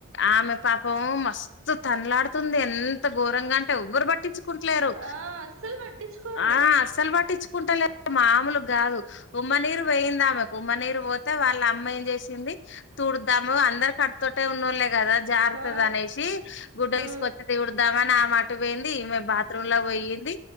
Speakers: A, on the left; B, on the right.
A: ఆమె పాపం మస్తు తన్లాడుతుంది ఎంత ఘోరంగా అంటే ఎవ్వరు పట్టించు లేరు
B: ఆ అస్సలు పట్టించుకోరు
A: ఆ అస్సలు పట్టించుకు కుంటలేరు మామలు కాదు ఉమ్మ నీరు పోయయిందా ఉమ్మనీరు పోతే వాళ్ళ అమ్మ ఏం చేసింది తూడుద్దాము అందరు కట్టుతోటే ఉన్నోళ్లే కదా జారుతంది
B: ఆ
A: అనేసి గుడ్డ
B: ఆ
A: తీసుకొచ్చి తుడుద్దామని మాట్ పోయింది ఈమె త్రంలా పోయయింది